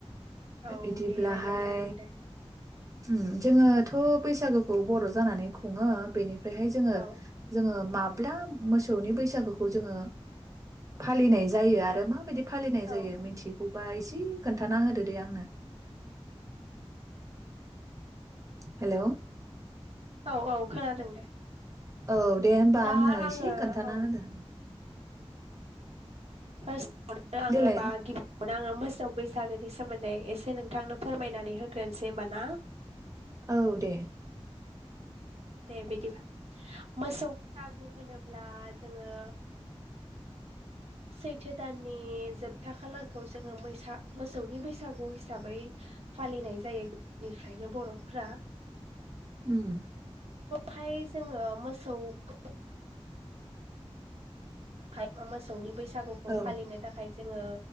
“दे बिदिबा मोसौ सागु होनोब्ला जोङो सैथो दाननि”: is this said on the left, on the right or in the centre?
Right